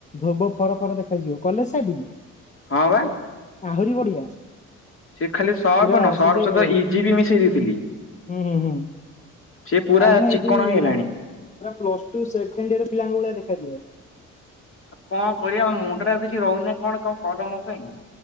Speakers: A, on the left (about 25°); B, on the left (about 45°).
A: ଧୋବ ଫର ଫର ଦେଖାଯିବ କଲେଜ ସାର୍ଟ କି?
B: ହଁ ବା।
A: ଆହୁରି ବଢିଆ।
B: ସେ ଖାଲି ସର୍ଫ
A: ପୁରା
B: ନ ସର୍ଫ
A: ସେ ଯୋଉ
B: ସହିତ ଇଜି ବି ମିଶେଇ ଦେଇଥିଲି।
A: ହୁଁ ହୁଁ ହୁଁ
B: ସେ ପୁରା
A: ତାମାନେ
B: ଚିକଣ
A: ଏଇ ଯୋଉ
B: ହେଇ
A: ପୁରା ପ୍ଲସ୍ ଟୁ ସେକେଣ୍ଡ ୟର ପିଲାଙ୍କ ଭଳିଆ ଦେଖାଯିବ।
B: ଆଉ କଣ କରିବା ମୋ ମୁଣ୍ଡ ରେ ଆଉ କିଛି ରହୁନି କଣ କଣ କର ମୋ ପାଇଁ।